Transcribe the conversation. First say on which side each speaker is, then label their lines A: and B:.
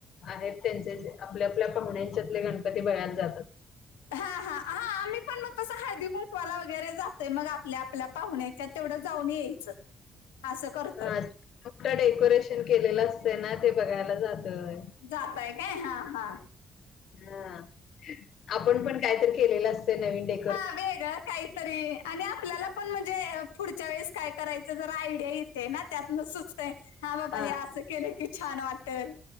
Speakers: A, on the left; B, on the left.
A: आहेत त्यांचे आपल्या, आपल्या पाहुण्यांच्यातले गणपती बघयायला जातात.
B: हा हा हा आम्ही पण मग तसं हळदी कुंकवाला वगैरे जातोय. मग आपल्या आपल्या पाहुण्याच्या तेवढं जाऊन यायचं. असं करतोय.
A: हा मोठं डेकोरेशन केलेलं असतं ना ते बघायला जातोय. होय
B: जाताय काय? हां हां
A: हां आपण पण कायतरी केलेलं असत नवीन डे
B: हा वेगळं काही तरी आणि आपल्याला पण म्हणजे पुढच्या वेळेस काय करायचं जर आयडिया येते ना त्यातन हां बाबा
A: हा
B: हे असं केलं की छान वाटल